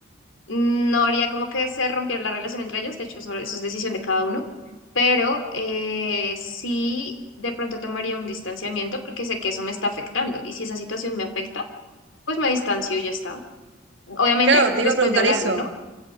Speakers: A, on the left (about 85°); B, on the right (about 65°).
A: no habría como que se rompiera la relación entre ellos. De hecho, eso, eso es decisión de cada uno. Pero eh, sí, de pronto tomaría un distanciamiento porque sé que eso me está afectando. Y si esa situación me afecta, pues me distancio y ya está. Obviamente,
B: Claro, te
A: después
B: iba a preguntar
A: de hablarlo,
B: eso.
A: ¿no?